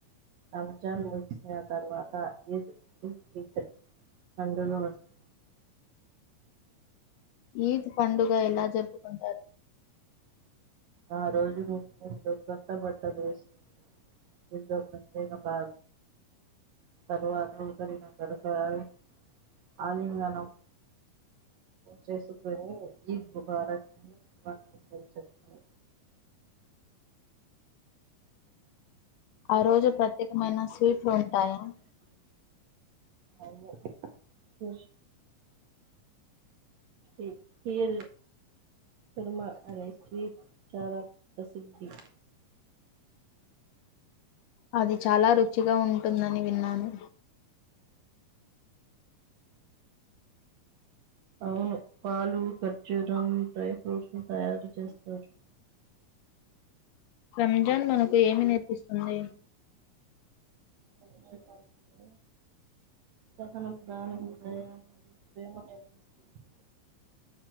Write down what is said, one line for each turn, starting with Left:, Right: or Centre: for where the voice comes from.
Right: రంజాన్ ముగిసిన తర్వాత ఈద్ ఉల్ ఫితర్ పండుగ వస్తూ
Left: ఈద్ పండుగ ఎలా జరుపుకుంటారు
Right: ఆ రోజు కొత్త బట్టలు ఏసు కుంటారు పెద్ద ప్రత్యేక బా తర్వాత ఒకరినొకరు తావి ఆలింగణము చేసుకుని ఈద్ ముబారత్ అని శుభాకాంక్షలు చెప్ ప్పు
Left: ఆ రోజు ప్రత్యేకమైన స్వీట్లు ఉంటాయా
Right: అవును సూస్ ఏ పేరు కుర్మా అనే స్వీట్ చాలా ప్రసిద్ధి
Left: అది చాలా రుచిగా ఉంటుందని విన్నాను
Right: అవును పాలు ఖర్జూరం డ్రై ఫ్రూట్స్ ను తయారు చేస్తారు
Left: రంజాన్ మనకు ఏమి నేర్పిస్తుంది
Right: రంజాన్ మనకు సహనం దానం దయా మరియు ప్రేమ నేర్పిస్తుంది